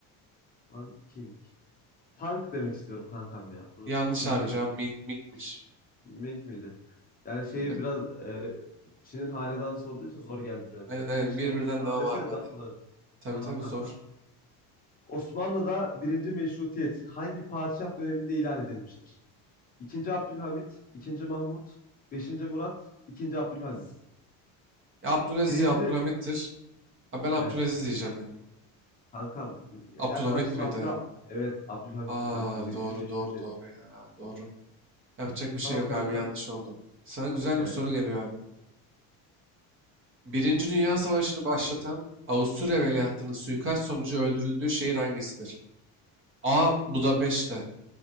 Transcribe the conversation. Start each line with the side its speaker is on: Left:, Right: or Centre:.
Left: Tank, King. Tank demek istiyorum kankam ya. Bunu
Right: Yanlış
Left: bilmiyorum
Right: abi cevap
Left: yani.
Right: Ming, Ming'miş.
Left: Ming miydi? Yani şeyi
Right: Aynen.
Left: biraz e, Çin'in hanedanı sorduğu için zor geldi biraz
Right: Aynen
Left: yani.
Right: aynen.
Left: Kim için
Right: Bir
Left: yapılmış
Right: birden
Left: falan
Right: devam
Left: deseydi
Right: abi hadi.
Left: daha kolay olurdu.
Right: Tabii
Left: Tamam
Right: tabii
Left: kankam.
Right: zor.
Left: Osmanlı'da birinci meşrutiyet hangi padişah döneminde ilan edilmiştir? İkinci Abdülhamit, ikinci Mahmut, beşinci Murat, ikinci Abdülaziz.
Right: Ya Abdülaziz
Left: Birinci,
Right: ya Abdülhamit'tir. Abi ben Abdülaziz
Left: evet
Right: diyeceğim ya.
Left: kankam
Right: Abdülhamit
Left: yaklaştın
Right: miydi?
Left: Abdülha, evet Abdülhamit'ti
Right: Aa
Left: kankam birinci
Right: doğru
Left: meşrutiyet.
Right: doğru doğru ya. Doğru. Yapacak bir şey
Left: Tamam
Right: yok
Left: kankam,
Right: abi yanlış oldu. Sana güzel
Left: evet
Right: bir soru geliyor abi. Birinci Dünya Savaşı'nı başlatan Avusturya Veliahtının suikast sonucu öldürüldüğü şehir hangisidir? A. Budapeşte